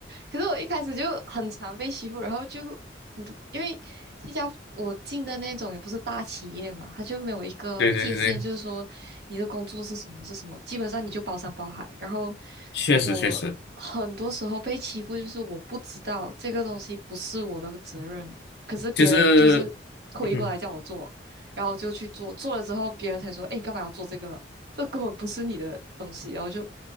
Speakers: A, on the right; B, on the left.
A: 可是我一开始就很常被欺负，然后就很多，因为新加坡我进的那种也不是大企业嘛，它就没有一个界限，
B: 对对对对，
A: 就是说你的工作是什么是什么，基本上你就包山包海。然后
B: 确实确实，
A: 我很多时候被欺负，就是我不知道这个东西不是我的责任，可是别人就是推过来叫我做，
B: 就是嗯哼。
A: 然后我就去做，做了之后别人才说，哎，你干嘛要做这个？这根本不是你的东西，然后就